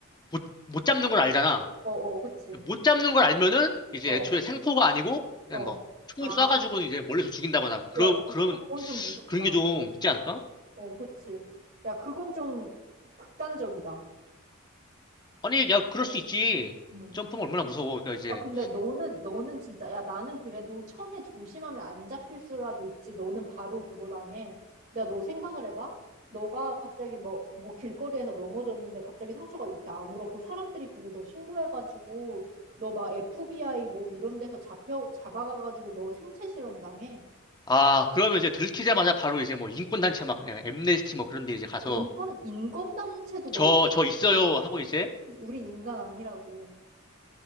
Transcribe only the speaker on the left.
못, 못 잡는 걸 알잖아.
못 잡는 걸 알면은 이제
애초에 생포가 아니고 그냥
막 총으로
쏴가지고는 이제 멀리서 죽인다거나 그런,
그런,
그런 게 좀 있지 않을까?
아니, 야, 그럴 수 있지.
점프는 얼마나 무서워. 그러니까 이제
아, 그러면 이제 들키자마자 바로 이제 뭐 인권단체 막, 예, 엠네스티 뭐 그런 데 이제 가서
저, 저 있어요 하고 이제